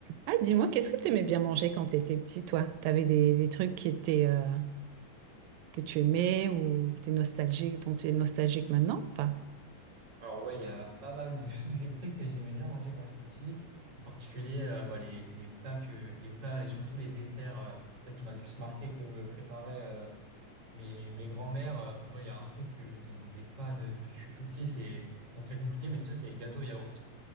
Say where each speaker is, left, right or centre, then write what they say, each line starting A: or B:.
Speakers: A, on the right; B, on the right.
A: Ah, dis-moi, qu'est-ce que t'aimais bien manger quand t'étais petit, toi? T'avais des, des trucs qui étaient, euh, que tu aimais ou qui étaient nostalgiques, dont tu es nostalgique maintenant ou pas?
B: Alors ouais, il y a pas mal de, <laughs> de trucs que j'aimais bien manger quand j'étais petit. En particulier, euh, bah, les, les plats que, les plats et surtout les déterres, euh, ça qui m'a le plus marqué que me préparaient euh, mes, mes grands-mères. Euh, Moi, il y a un truc que- dont j'étais fan euh, depuis que je suis tout petit, c'est, bon, c'est très compliqué, mais ça, c'est les gâteaux yaourt.